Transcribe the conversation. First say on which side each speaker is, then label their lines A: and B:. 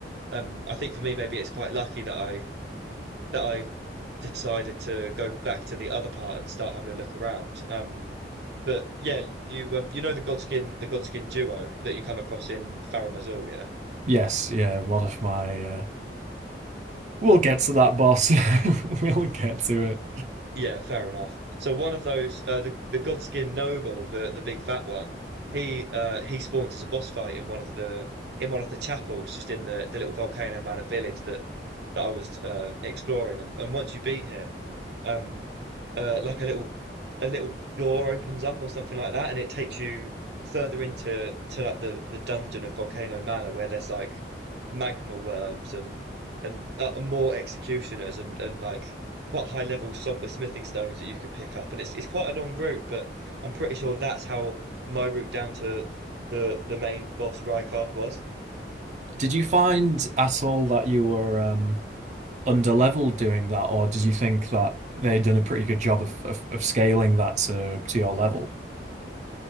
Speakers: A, on the right; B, on the right.
A: um, I think for me, maybe it's quite lucky that I that I decided to go back to the other part and start having a look around. Um, but yeah, you um, you know the Godskin the Godskin duo that you come across in Farum Azula, yeah.
B: Yes, yeah. One of my uh, We'll get to that, boss. <laughs> We'll get to it.
A: Yeah, fair enough. So one of those, uh, the the Godskin Noble, the the big fat one, he uh he spawns as a boss fight in one of the in one of the chapels, just in the the little Volcano Manor village that that I was um exploring. And and once you beat him, um, uh, like a little a little door opens up or something like that, and it takes you further into to like the the dungeon of Volcano Manor, where there's like magma worms and and uh, more executioners and and like quite high level somber smithing stones that you can pick up. And it's it's quite a long route, but I'm pretty sure that's how my route down to the the main boss Rykard was.
B: Did you find at all that you were um underleveled doing that, or did you think that they'd done a pretty good job of of, of scaling that to to your level?